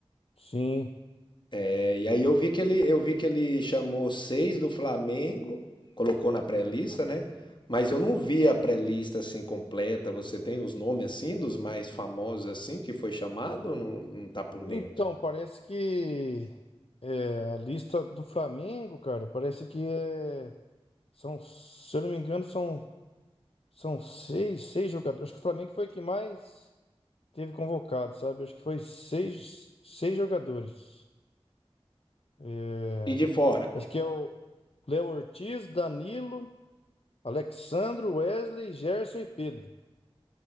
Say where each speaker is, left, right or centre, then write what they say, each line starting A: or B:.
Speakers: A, on the left; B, on the left.
A: Sim.
B: É, E aí eu vi que ele, eu vi que ele chamou seis do Flamengo, colocou na pré-lista, né? Mas eu não vi a pré-lista assim completa. Você tem os nomes assim dos mais famosos assim que foi chamado ou não, não tá por
A: Então,
B: dentro?
A: parece que é, a lista do Flamengo, cara, parece que é, são, se eu não me engano, são, são seis, seis jogadores. Acho que o Flamengo foi que mais teve convocado, sabe? Acho que foi seis, seis jogadores. É,
B: E de fora?
A: acho que é o Léo Ortiz, Danilo, Alexandro, Wesley, Gerson e Pedro.